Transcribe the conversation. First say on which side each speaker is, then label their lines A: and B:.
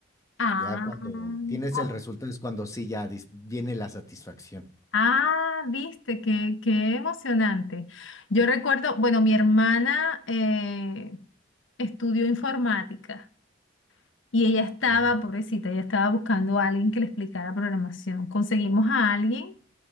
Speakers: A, on the left; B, on the left.
A: Ah,
B: Ya cuando tienes
A: ok.
B: el resultado es cuando sí ya dis- viene la satisfacción.
A: Ah, viste, qué, qué emocionante. Yo recuerdo, bueno, mi hermana eh, estudió informática y ella estaba,
B: Órale.
A: pobrecita, ella estaba buscando a alguien que le explicara programación. Conseguimos a alguien